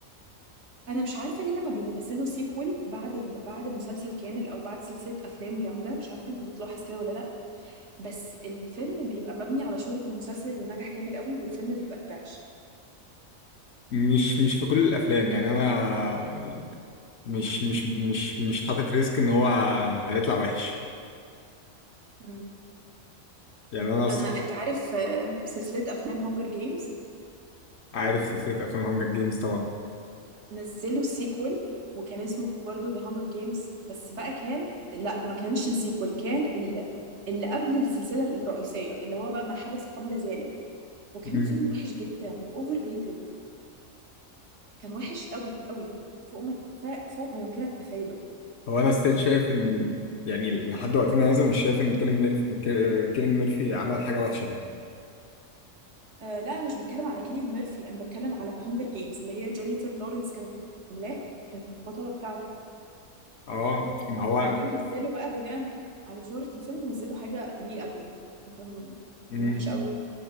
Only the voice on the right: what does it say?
انا مش عارفه ليه لما بينزلوا سيكول بعد ال... بعد مسلسل كامل او بعد سلسله افلام جامده مش عارفه انت بتلاحظ كده ولا لا بس الفيلم بيبقى مبني على شهره المسلسل اللي نجح جامد قوي والفيلم بيبقى تراش
مم.
انا انت عارف آه، سلسله افلام هونجر جيمز
نزلوا سيكول وكان اسمه برضو ذا هونجر جيمز بس بقى كان لا ما كانش السيكول كان ال- اللي قبل السلسله الرئيسيه اللي هو بقى ما حدث قبل ذلك وكان
الفيلم وحش جدا واوفر ريتد كان وحش قوي قوي فوق ما ف- فوق ما يمكنك تخيله
آه لا انا مش بتكلم على كيليان ميرفي انا بتكلم على هونجر جيمز اللي هي جينيفر لورنس كانت عاملاه كانت البطله بتاعته
وبعدين نزلوا بقى بناء على شهرة الفيلم نزلوا حاجه ليه قبل فكان
كان وحش قوي